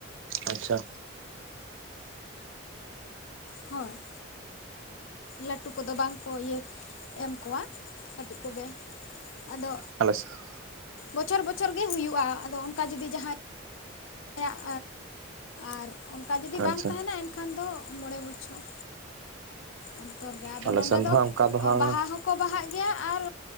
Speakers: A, on the right; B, on the left.
A: ᱟᱪᱪᱷᱟ
B: ᱦᱳᱭ ᱞᱟᱹᱴᱩ ᱠᱚᱫᱚ ᱵᱟᱝ ᱠᱚ ᱤᱭᱟᱹ ᱮᱢ ᱠᱚᱣᱟ ᱠᱟᱹᱴᱤᱡ ᱠᱚᱜᱮ ᱟᱫᱚ
A: ᱟᱞᱮ ᱥᱮᱜᱦᱚᱸ
B: ᱵᱚᱪᱷᱚᱨ ᱵᱚᱪᱷᱚᱨ ᱜᱮ ᱦᱩᱭᱩᱜ-ᱟ ᱟᱫᱚ ᱚᱱᱠᱟ ᱡᱩᱫᱤ ᱡᱟᱦᱟᱸᱭ ᱠᱮᱭᱟᱜ ᱟᱨ ᱚᱱᱠᱟ ᱡᱩᱫᱤ
A: ᱟᱪᱪᱷᱟ
B: ᱵᱟᱝ ᱛᱟᱦᱮᱱᱟ ᱮᱱᱠᱷᱟᱱ ᱫᱚ ᱢᱚᱬᱮ ᱵᱚᱪᱷᱚᱨ ᱚᱱᱛᱚᱨ ᱜᱮ ᱟᱫᱚ
A: ᱟᱞᱮ
B: ᱱᱚᱸᱰᱮ
A: ᱥᱮᱱ
B: ᱫᱚ
A: ᱦᱟᱸᱜ ᱚᱱᱠᱟ ᱦᱟᱸᱜ
B: ᱵᱟᱦᱟ ᱦᱚᱸᱠᱚ ᱵᱟᱦᱟᱜ ᱜᱮᱭᱟ ᱟᱨ